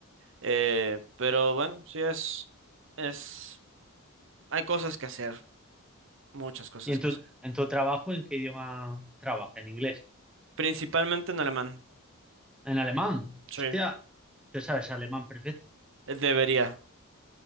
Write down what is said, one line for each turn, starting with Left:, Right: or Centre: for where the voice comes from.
Right: Eh, pero bueno, sí es, es, hay cosas que hacer, muchas cosas
Centre: ¿Y en
Right: que
Centre: tu,
Right: hacer.
Centre: en tu trabajo, en qué idioma trabajas? ¿En inglés?
Right: Principalmente en alemán,
Centre: ¿En alemán?
Right: sí,
Centre: Hostia, tú sabes alemán perfecto.
Right: debería.